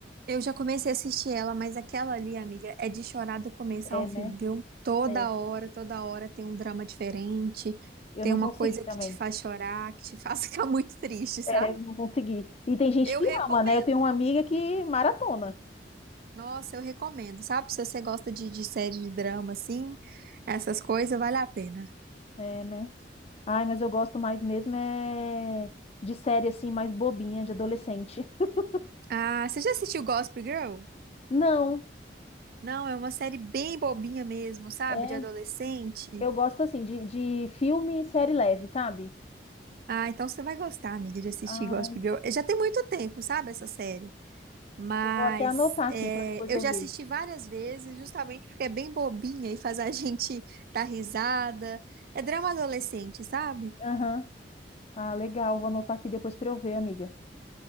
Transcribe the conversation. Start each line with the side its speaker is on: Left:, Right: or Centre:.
Right: Eu já comecei a assistir ela, mas aquela ali, amiga, é de chorar do começo
Left: É,
Right: ao
Left: né?
Right: fim, viu? Toda
Left: É.
Right: hora, toda hora tem um drama diferente,
Left: Eu
Right: tem
Left: não
Right: uma
Left: consegui
Right: coisa
Left: também.
Right: que te faz chorar, que te faz <laughs> ficar muito triste, sabe?
Left: É, eu não consegui. E tem gente
Right: Eu
Left: que
Right: recomendo.
Left: ama, né? Eu tenho uma amiga que maratona.
Right: Nossa, eu recomendo, sabe? Se você gosta de, de série de drama, assim, essas coisas, vale a pena.
Left: É, né? Ai, mas eu gosto mais mesmo é de série assim, mais bobinha, de adolescente. <laughs>
Right: Ah, você já assistiu Gossip Girl?
Left: Não.
Right: Não, é uma série bem bobinha mesmo, sabe?
Left: É.
Right: De adolescente.
Left: Eu gosto assim de, de filme e série leve, sabe?
Right: Ah, então você vai gostar, amiga, de assistir
Left: Ah,
Right: Gossip Girl. Já tem muito tempo, sabe, essa série. Mas
Left: eu vou até anotar
Right: é,
Left: aqui para depois
Right: eu
Left: eu
Right: já
Left: ver.
Right: assisti várias vezes, justamente porque é bem bobinha e faz a <laughs> gente dar risada. É drama adolescente, sabe?
Left: Aham. Ah, legal. Vou anotar aqui depois para eu ver, amiga.